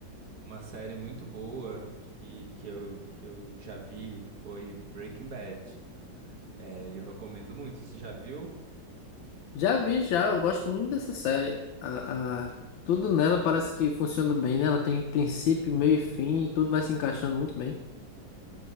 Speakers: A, on the right; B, on the left.
A: uma série muito boa que, que eu, que eu já vi foi Breaking Bad. É, eu recomendo muito. Você já viu?
B: Já vi, já. Eu gosto muito dessa série. A, a- Tudo nela parece que funciona bem, né? Ela tem princípio, meio e fim, e tudo vai se encaixando muito bem.